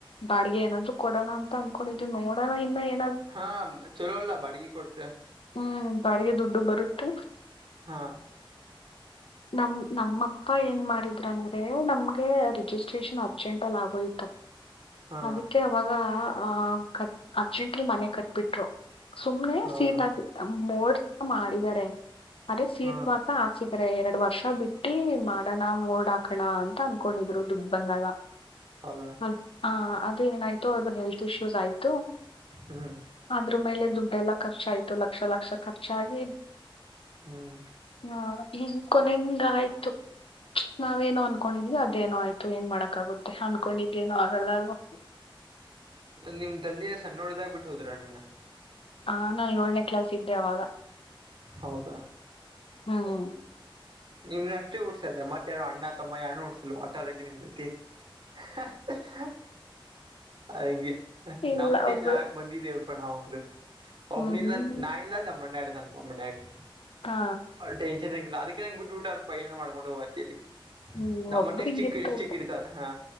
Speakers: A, on the left; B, on the right.
A: ಬಾಡಿಗೆ ಏನಾದ್ರು ಕೊಡೋಣ ಅಂತ ಅನ್ಕೊಂಡಿದ್ವಿ ಮ ಕೊಡಲ್ಲ ಏನಿಲ್ಲ
B: ಹಾ ಚಲೋ ಅಲ್ಲ ಬಾಡಿಗೆ ಕೊಟ್ರೆ
A: ಹ್ಮ್ ಬಾಡಿಗೆ ದುಡ್ಡು ಬರುತ್ತೆ
B: ಹಾ
A: ನಮ ನಮ್ಮಪ್ಪ ಏನ್ ಮಾಡಿದ್ರ ಅಂದ್ರೆ ನಮ್ಗೆ ರಿಜಿಸ್ಟ್ರೇಷನ್ ಅರ್ಜೆಂಟ್ಲ್ಲಿ ಆಗೋಯತ
B: ಹಾ
A: ಅದಕ್ಕೆ ಅವಾಗ ಆ ಕ ಅರ್ಜೆಂಟ್ಲಿ ಮನೆ ಕಟ್ಬಿಟ್ರು ಸುಮ್ನೆ
B: ಹೌದಾ
A: ಸೀಟ್ ಹಾಕಿ ಮೋ ಮಾಡಿದಿದ್ದಾರೆ ಅರೆ ಸೀಟ್
B: ಹಾ
A: ಮಾತ್ರ ಹಾಕ್ಸಿದೆ ಎರಡ್ ವರ್ಷ ಬಿಟ್ಟಿ ಮಾಡೋಣ ಮೋರ್ಡ್ ಹಾಕಣ ಅಂತ ಅನ್ಕೊಂಡಿದ್ರು ದುಡ್ ಬಂದಾಗ.
B: ಹೌದಾ
A: ಹ ಅದೇ ಏನಾಯ್ತು ಅದ ಹೆಲ್ತ್ ಇಶ್ಯೂಸ್ ಆಯ್ತು
B: ಹ್ಮ್
A: ಅದ್ರ ಮೇಲೆ ದುಡ್ಡೆ ಎಲ್ಲಾ ಖರ್ಚ ಆಯ್ತು. ಲಕ್ಷ ಲಕ್ಷ ಖರ್ಚಾಗಿ
B: ಹ್ಮ್
A: ಹ ಈ ಕೊನೆಂಗ ಆಯ್ತು, ನಾವೇನೋ ಅನ್ಕೊಂಡಿದೀವಿ ಅದೇನೋ ಆಯ್ತು ಹೆಂಗ ಮಾಡಕ್ ಯಾಗುತ್ತೆ ಅನ್ಕೊಂಡಿದ್ದೇನೂ ಆಗಲ್ಲ ಅಲ್ವಾ.
B: ನಿಮ ತಂದೆ ಸಣ್ಣ ಒಡದಾಗ್ ಬಿಟ್ಟು ಹೋದ್ರ ನಿಮ್ನ.
A: ಹ ನನ್ ಯೂಲ್ನೆ ಕ್ಲಾಸ್ ಇದ್ದೆ ಅವಾಗ.
B: ಹೌದಾ.
A: ಹ್ಮ್.
B: ನಿಮ್ನ ಅಷ್ಟೇ ಉಡ್ಸಲ್ ಮತ್ತೆ ಯಾರೋ ಅಣ್ಣ ತಮ್ಮ ಯಾರು ಉಡ್ಸಲ್ ಅಟ್ಟಡಕೆ ನಿಮ್ ಜೊತಿ. ಹ. ಹಂಗೆ
A: ಇಲ್ಲ
B: ನಮ್ಮನೇಲಿ
A: ಒಬ್ಳು
B: ನಾಲ್ಕು ಮಂದಿ ಇದೇವಪ್ಪ ನವಗಲ್. ಒಬ್
A: ಹ್ಮ್
B: ನಿಲ್ಲ
A: ಹ್ಮ್
B: ಅ ಇಲ್ಲಾ ಅಂದ್ರೆ ನಮ್ ಅಣ್ಣ ಇರ್ತನೆಪ ಮನ್ಯಾಗೆ,
A: ಹಾ
B: ಟೆನ್ಶನ್. <unintelligible> ಅದಿಕೆ ನನ್ ಬಿಡ್ಬ ಬಿಟ್ಟಾರ ಪ ಏನ ಮಾಡ್ಕೊಂಡ್ ಹೋಗತೀನಿ.
A: ಹ್ಮ್
B: ನಮ್ಮ್
A: ಒಬ್ರು
B: ಮನೆ ಎಷ್ಟ್
A: ಹಿಂಗಿರ್ತ
B: ಚಿಕ್ ಎಷ್ಟ್
A: ಒಬ್ರು
B: ಚಿಕ್ ಇರ್ತಾವೆ, ಹಾ